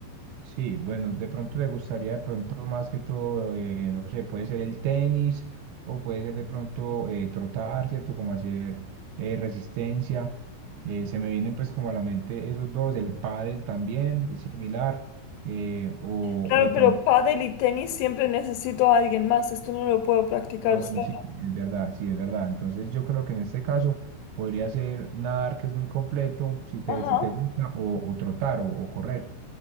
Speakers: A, on the right; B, on the left.
A: Sí, bueno, de pronto le gustaría de pronto más que todo, eh, no sé, puede ser el tenis o puede ser de pronto eh, trotar, ¿cierto? Como hacer eh, resistencia. Eh, se me vienen pues como a la mente esos dos, el pádel también es similar, eh, o,
B: Claro,
A: o de
B: pero
A: pronto,
B: pádel y tenis siempre necesito a alguien más. Esto no lo puedo practicar
A: ah bueno,
B: sola.
A: sí, es verdad, sí, es verdad. Entonces yo creo que en este caso podría ser nadar que es muy completo, si te,
B: Ajá,
A: si te gusta, o, o trotar o o correr.